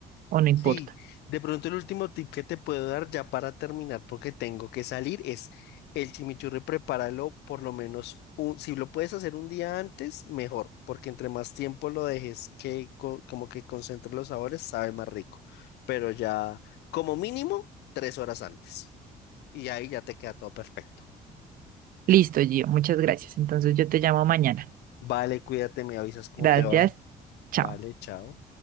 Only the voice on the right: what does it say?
o no importa.
Listo, Gio, muchas gracias. Entonces yo te llamo mañana.
Gracias.
Chao.